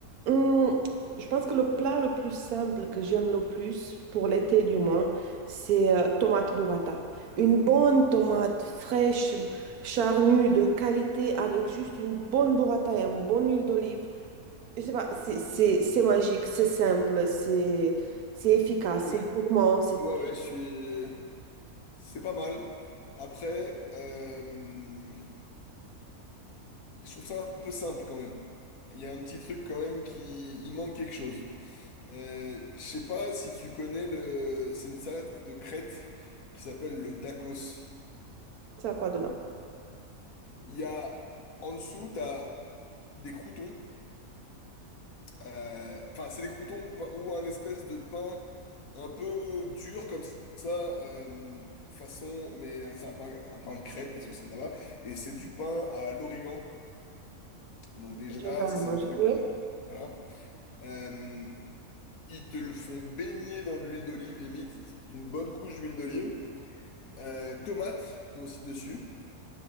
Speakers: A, on the right (about 80°); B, on the left (about 70°).
A: Hum, je pense que le plat le plus simple que j'aime le plus, pour l'été du moins, c'est euh, tomate burrata. Une bonne tomate fraîche, charnue, de qualité, avec juste une bonne burrata et une bonne huile d'olive. Je sais pas, c'est c'est- c'est magique, c'est simple, c'est c'est efficace,
B: Ouais,
A: c'est gourmand, c'est
B: ouais,
A: tout.
B: ouais, je suis. C'est pas mal. Après, euh, je trouve ça un peu simple quand même. Il y a un petit truc quand même qui. Il manque quelque chose. Euh, je sais pas si tu connais le. C'est une salade de Crète qui s'appelle le dakos.
A: Ça a quoi dedans?
B: Il y a. En dessous, t'as des croûtons. Euh, enfin, c'est des croutons ou, pas- ou un espèce de pain un peu dur comme ça, euh, façon, mais euh, c'est un pain, un pain de crête parce que c'est de là-bas. Et c'est du pain à l'origan. Donc déjà,
A: Je vais la
B: c'est
A: manger.
B: un truc,
A: Oui,
B: euh, voilà. Euh, ils te le font baigner dans de l'huile d'olive, limite, ils- une bonne couche d'huile d'olive. Euh, tomates aussi dessus.